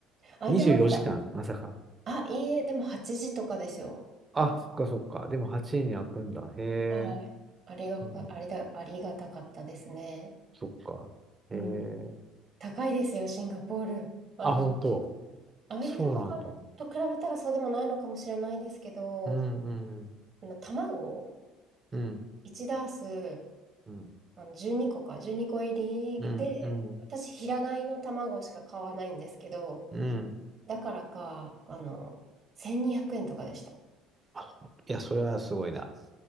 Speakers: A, on the right; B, on the right.
A: 空いてました。
B: 24時間、まさか。
A: あ、いいえ、でも8時とかですよ。
B: あ、
A: あ、
B: そっかそっか。でも8時に開くんだ。へえ。
A: はい。ありがか、
B: うん
A: ありだ、ありがたかったですね。
B: そっか。
A: うん。
B: えー、
A: 高いですよ、シンガポール。あの、
B: あ、本当。
A: アメリカとかと比べたらそうでもないのかもしれないですけど、
B: そうなんだ。うんうん
A: あの卵
B: うん
A: 1ダース、
B: うん
A: あの12個か、12個入りで、
B: うんうん
A: 私、平飼いの卵しか買わないんですけど、
B: うん
A: だからか、あの、1200円とかでした。
B: あ、ほいや、それはすごいな。